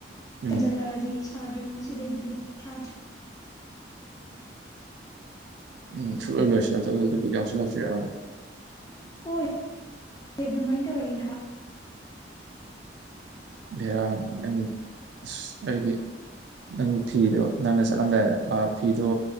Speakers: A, on the right; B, on the left.
A: ꯎꯝ
B: ꯇꯟꯖꯜꯂꯥꯛꯑꯗꯤ ꯁꯥꯗ꯭ꯔꯉꯥꯁꯤꯗꯤ ꯕꯤꯠꯂꯩ ꯁꯥꯗ꯭ꯔꯦ
A: ꯎꯝ ꯁꯨꯛꯂꯣꯏ ꯂꯣꯏꯁꯤꯜ ꯂꯛꯇꯕ ꯑꯗꯨꯗ ꯕꯤꯠ ꯌꯥꯎꯁꯤꯜ ꯂꯥꯛꯇ꯭ꯔꯤ ꯔꯕ
B: ꯍꯣꯏ ꯑꯗꯨꯃꯥꯏꯅ ꯇꯧꯔꯛꯏꯅꯦ ꯍꯥꯏꯕ
A: ꯕꯦꯔꯥꯅꯤ ꯅꯪ ꯑꯁ ꯑꯩꯗꯤ ꯅꯪ ꯐꯤꯗꯣ ꯅꯪꯅ ꯆꯠꯂꯝꯗꯥꯏꯗ ꯐꯤꯗꯣ